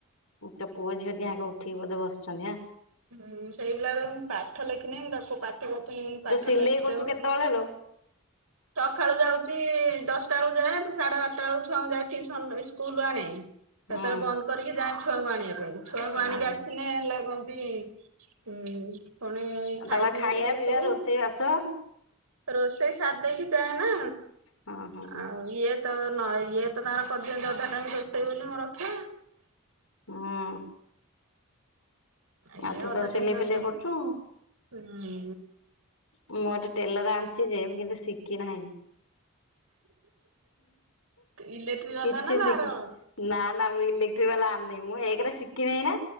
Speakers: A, on the left; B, on the right.
A: ତୋ ପୁଅ ଝିଅ ଦିହାଙ୍କ ଉଠିକି ବୋଧେ ବସିଛନ୍ତି ଆଁ?
B: ହୁଁ ସେଇପିଲା ଦେଖୁନୁ ପାଠ ଲେଖିନି ମୁଁ ତାକୁ ପା ଠିକି ଅଛି ପାଠ
A: ତୁ ସିଲେଇ
B: ଲେଖିଦବୁ,
A: କରୁଛୁ କେତେବେଳେ ଲୋ?
B: ସକାଳୁ ଯାଉଛି ଦଶଟା ବେଳକୁ ଯା ପୁଣି ସାଢେ ବାରଟା ବେଳକୁ ଛୁଆ ଯାଏ ଟୁସନ ସ୍କୁଲୁ ଆଣେ ସେତବେଳେ
A: ହୁଁ
B: ବନ୍ଦ କରିକି ଯାଏ ଛୁ ଛୁଆଙ୍କୁ ଆଣିବା ପାଇଁ ଛୁଆଙ୍କୁ ଆଣିକି
A: ହୁଁ
B: ଆସିନେ ହେଲେ କଣତି ହୁଁ ପୁଣି ଖାଇ
A: ତାପରେ
B: ପିଇକି
A: ଖାଇବା
B: ଟିକେ
A: ପିଇବା
B: ଶୋଉ
A: ରୋଷେଇ ବାସ
B: ରୋଷେଇ ଛା ଦେଇକି ଯାଏ ନା
A: ହଁ ହଁ
B: ଆଉ ଇଏ ତ ନ ଇଏ ତ ତାଙ୍କର କରିଦିଅନ୍ତ ଅଧା ଟାଇମ ରୋଷେଇ ବୋଲି ମୁଁ ରକ୍ଷା।
A: ହୁଁ
B: ଇଏ
A: ଆଉ ତୁ
B: ଅଧା
A: ତୋର ସିଲେଇ
B: ଟାଇମ ତାଙ୍କର
A: ଫିଲେଇ
B: କରିଦିଅନ୍ତି
A: କରୁଛୁ।
B: ହୁଁ।
A: ମୁଁ ଗୋଟେ ଟେଲର ଆଣିଛି ଯେ କିନ୍ତୁ ଶିଖି ନାହିଁ।
B: ଇଲେକ୍ଟ୍ରି ବାଲା
A: କିଛି
B: ନା ତାର
A: ଶିଖିନି,
B: ହଁ
A: ନା ନା ମୁଁ ଇଲେଟ୍ରି ବାଲା ଆଣିିନି ମୁଁ ଏକରେ ଶିଖିନାହିଁ ନା